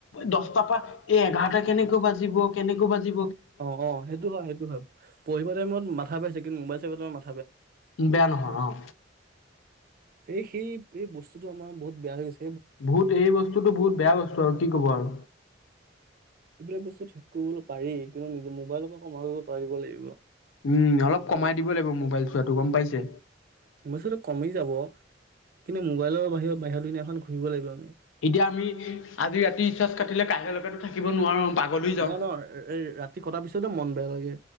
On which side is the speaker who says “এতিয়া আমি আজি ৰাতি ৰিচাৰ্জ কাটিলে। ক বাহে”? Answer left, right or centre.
Left